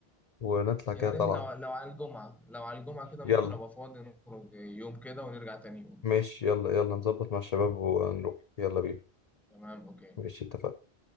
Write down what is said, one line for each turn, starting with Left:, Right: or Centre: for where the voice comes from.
Left: ونطلع كده
Centre: يا ريت
Left: طلعة
Centre: لو لو على الجمعة لو على الجمعة كده
Left: يلا
Centre: ممكن أبقى فاضي نخرج يوم كده ونرجع تاني يوم
Left: ماشي يلا يلا نظبط مع الشباب ونروح يلا بينا
Centre: تمام أوكي
Left: ماشي اتفقنا